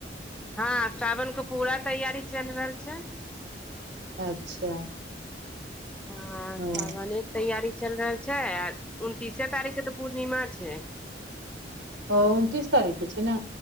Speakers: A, in the centre; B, on the right.
A: हँ सावन के पूरा तैयारी चैल रहल छै।
B: अच्छा
A: हँ सावने
B: ओ
A: के तैयारी चलि रहल छै आ उनतीसे तारीख के तऽ पूर्णिमा छै।
B: ओ उनतीस तारीख के छै ने